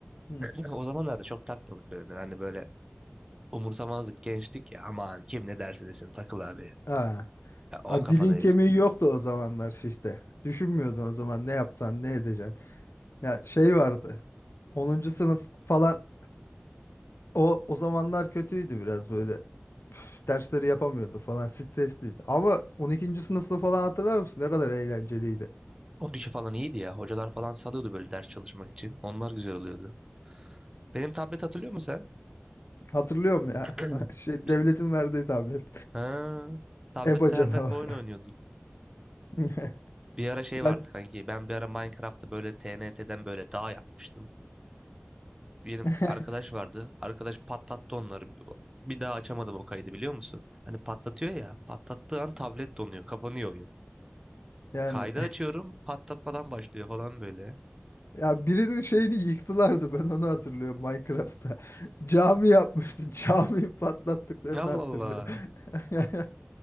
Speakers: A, on the left (about 75°); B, on the right (about 20°).
A: Hı.
B: <clears throat> O zamanlarda çok takmadık böyle. Yani böyle umursamazdık, gençtik ya. Aman kim ne derse desin takıl abi.
A: Ha.
B: Ya, o
A: A,
B: kafadayız.
A: dilin kemiği yoktu o zamanlar işte. Düşünmüyordun o zaman ne yapsan ne edeceksin. Ya şey vardı. Onuncu sınıf falan o o zamanlar kötüydü biraz böyle. Üf, dersleri yapamıyordu falan stresliydi. Ama 12. sınıfta falan hatırlar mısın? Ne kadar eğlenceliydi.
B: 12 falan iyiydi ya. Hocalar falan salıyordu böyle ders çalışmak için. Onlar güzel oluyordu. Benim tablet hatırlıyor musun
A: Hatırlıyorum ya.
B: sen?
A: <laughs> Şey
B: <clears throat>
A: devletin
B: Biz...
A: verdiği tablet.
B: Ha, tablette
A: EBA canavarı.
B: her dakika oyun oynuyorduk.
A: <laughs>
B: Bir ara şey
A: Ya
B: vardı kanki. Ben bir ara Minecraft'ta böyle TNT'den böyle dağ yapmıştım. Benim
A: <laughs>
B: arkadaş vardı. Arkadaş patlattı onları. Bir daha açamadım o kaydı biliyor musun? Hani patlatıyor ya. Patlattığı an tablet donuyor. Kapanıyor oyun.
A: Yani
B: Kaydı açıyorum. Patlatmadan başlıyor falan böyle.
A: <laughs> ya birinin şeyini yıktılardı ben onu hatırlıyorum Minecraft'ta. <laughs> Cami yapmıştı. Camiyi patlattıklarını
B: Allah
A: hatırlıyorum.
B: Allah.
A: <laughs>